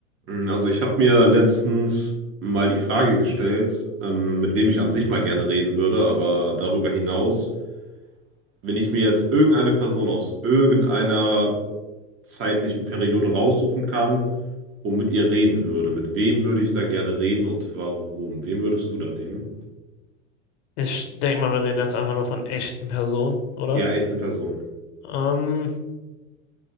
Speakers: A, on the right (about 35°); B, on the left (about 65°).
A: Mm, Also ich habe mir letztens mal die Frage gestellt, ähm, mit wem ich an sich mal gerne reden würde, aber darüber hinaus, wenn ich mir jetzt irgendeine Person aus irgendeiner zeitlichen Periode raussuchen kann und mit ihr reden würde, mit wem würde ich da gerne reden und warum? Wen würdest du da nehmen?
B: Ich denke mal, wir reden jetzt einfach nur von echten Personen, oder?
A: Ja, echte Person.
B: Ähm,